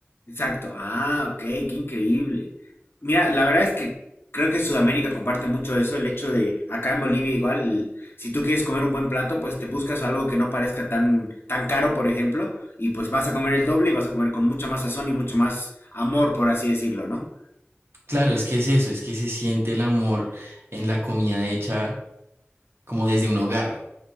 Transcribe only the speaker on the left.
Exacto. Ah, ok, qué increíble. Mira, la verdad es que creo que Sudamérica comparte mucho eso, el hecho de acá en Bolivia igual, si tú quieres comer un buen plato, pues te buscas algo que no parezca tan tan caro, por ejemplo, y pues vas a comer el doble y vas a comer con mucha más sazón y mucho más amor, por así decirlo, ¿no?